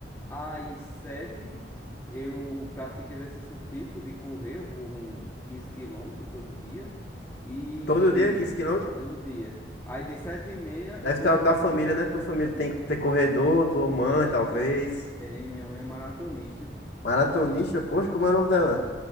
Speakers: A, on the left (about 15°); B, on the left (about 70°).
A: Às sete, eu pratico exercício físico de correr, eu corro um 15 quilômetros todo dia. E
B: Todo dia, quinze km?
A: todo dia. Aí de sete e meia
B: Deve
A: eu venho
B: ser algo
A: em casa.
B: da família, né? Tua família tem que ter corredor, tua mãe,
A: Tem,
B: talvez.
A: tem, tem, minha mãe é maratonista.
B: Maratonista, poxa, como é o nome dela?